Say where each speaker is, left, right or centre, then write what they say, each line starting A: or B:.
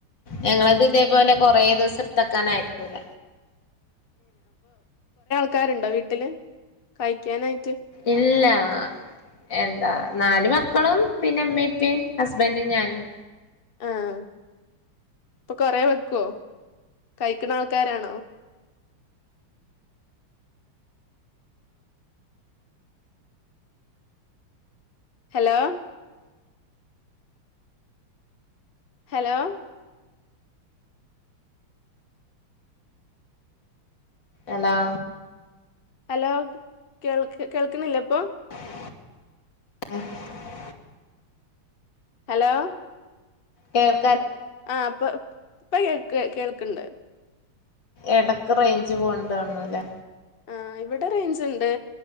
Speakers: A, on the left (about 55°); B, on the left (about 40°).
A: ഞങ്ങളത് ഇതേപോലെ കൊറേ ദിവസം ഇട്ത്തക്കാൻഅയക്കൂല.
B: ക്കാരുണ്ടോ വീട്ടില് കഴിക്കാനായി.
A: ഇല്ല. ആ എന്താ നാല് മക്കളും പിന്നെ ഇമ്മിം ഇപ്പീം ഹസ്ബന്റും ഞാനും.
B: ആഹ് ഇപ്പോ കൊറെ വെക്യോ കഴിക്കണ ആൾക്കാരാണോ? ഹലോ ഹലോ
A: അലോ
B: ഹലോ കേൾക്ക് കേൾക്കുന്നില്ലേ ഇപ്പോ.
A: <inaudible>
B: ഹലോ
A: കേൾ
B: ആ അപ്പോ. ഇപ്പ കേൾ ക്ക് കേൾക്ക്ണ്ട്.
A: എടക്ക് റേഞ്ച് പോവ്ണ്ടാണുല്ലേ
B: ആ ഇവിടെ റേഞ്ച് ഇണ്ട്